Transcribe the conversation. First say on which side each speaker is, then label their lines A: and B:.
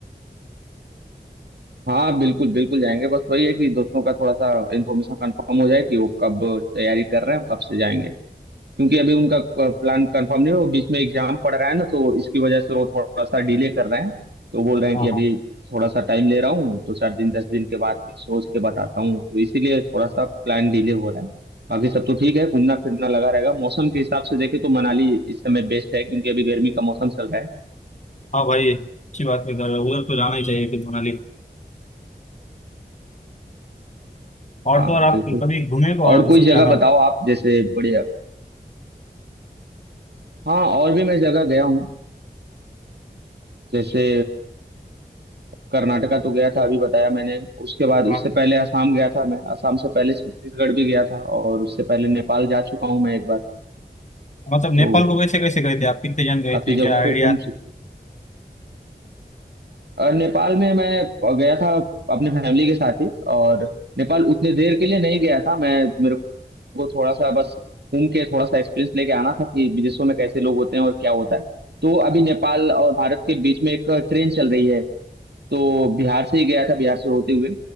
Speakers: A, on the right; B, on the left.
A: हाँ बिल्कुल बिल्कुल जाएंगे बस वही है कि दोस्तों का थोड़ा सा इन्फॉर्मेशन कंफर्म हो जाए कि वो कब तैयारी कर रहे हैं कब से जाएंगे क्योंकि अभी उनका प्लान कंफर्म नहीं है वो बीच में एग्जाम पड़ रहा है ना तो इसकी वजह से वो थोड़ा सा डिले कर रहे हैं तो बोल रहे हैं
B: हाँ
A: कि अभी
B: हाँ
A: थोड़ा सा टाइम ले रहा हूँ तो चार दिन दस दिन के बाद फिर सोच के बताता हूँ तो इसीलिए थोड़ा सा प्लान डिले हो रहा है बाकी सब तो ठीक है घूमना फिरना लगा रहेगा मौसम के हिसाब से देखे तो मनाली इस समय बेस्ट है क्योंकि अभी गर्मी का मौसम चल रहा है
B: हाँ भाई अच्छी बात है उधर उधर तो जाना ही चाहिए फिर मनाली और
A: हाँ
B: तो और आप
A: बिल्कुल
B: कभी घूमे को
A: और
B: और दूसरी
A: कोई जगह
B: जगह
A: बताओ आप जैसे बढ़िया हाँ और भी मैं जगह गया हूँ जैसे कर्नाटका तो गया था अभी बताया मैंने उसके बाद उससे
B: हाँ
A: पहले असम गया था मैं असम से पहले छत्तीसगढ़ भी गया था और उससे पहले नेपाल जा चुका हूँ मैं एक बार
B: मतलब नेपाल
A: तो
B: को कैसे कैसे गए थे आप कितने जन गए
A: काफी
B: थे
A: जगहों
B: क्या आइडिया
A: पे घूम चुका और नेपाल में मैं गया था अपने फैमिली के साथ ही और नेपाल उतने देर के लिए नहीं गया था मैं मेरे को थोड़ा सा बस घूम के थोड़ा सा एक्सपीरियंस लेके आना था कि विदेशों में कैसे लोग होते हैं और क्या होता है तो अभी नेपाल और भारत के बीच में एक ट्रेन चल रही है तो बिहार से ही गया था बिहार से होते हुए